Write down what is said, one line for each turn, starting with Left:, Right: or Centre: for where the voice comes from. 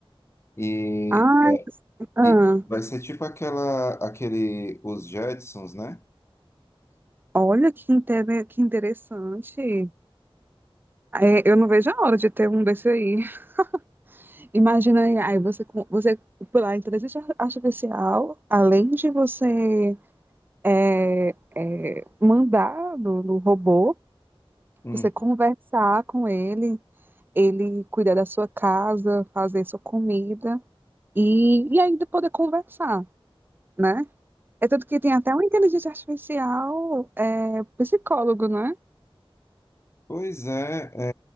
Left: E,
Right: Ai,
Left: é,
Right: ah,
Left: e vai ser tipo aquela, aquele, os Jetsons, né?
Right: olha que, inter... que interessante. É, eu não vejo a hora de ter um desse aí. <laughs> Imagina aí, aí você, com- você por lá, inteligência artificial, além de você é, é, mandar do, do robô,
Left: Hum.
Right: você conversar com ele, ele cuidar da sua casa, fazer sua comida e, e ainda poder conversar, né? É tanto que tem até uma inteligência artificial é, psicólogo, né?
Left: Pois é,